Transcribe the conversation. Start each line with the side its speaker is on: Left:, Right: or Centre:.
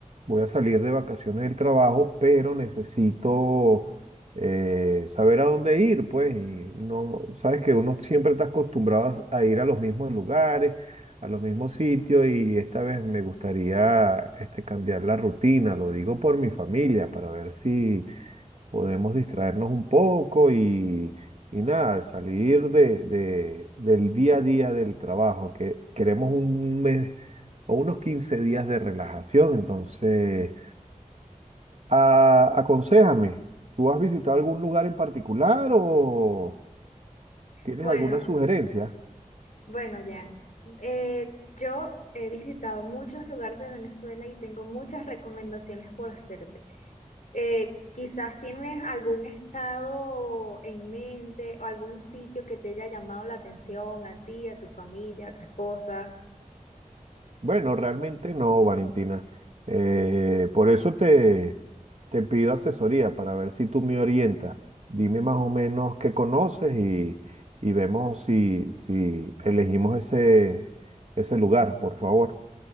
Right: voy a salir de vacaciones del trabajo, pero necesito eh, saber a dónde ir, pues. Y no, sabes que uno siempre está acostumbrado a a ir a los mismos lugares, a los mismos sitios, y esta vez me gustaría este, cambiar la rutina. Lo digo por mi familia, para ver si podemos distraernos un poco y, y nada, salir de, de- del día a día del trabajo, que queremos un mes o unos 15 días de relajación. Entonces, a- aconséjame, ¿tú has visitado algún lugar en particular o tienes
Left: Bueno,
Right: alguna sugerencia?
Left: bueno, Jan. Eh, yo he visitado muchos lugares de Venezuela y tengo muchas recomendaciones por hacerte. Eh, quizás tienes algún estado en mente o algún sitio que te haya llamado la atención a ti, a tu familia, a tu esposa.
Right: Bueno, realmente no, Valentina. Eh, por eso te, te pido asesoría para ver si tú me orientas. Dime más o menos qué conoces y, y vemos si, si elegimos ese, ese lugar, por favor.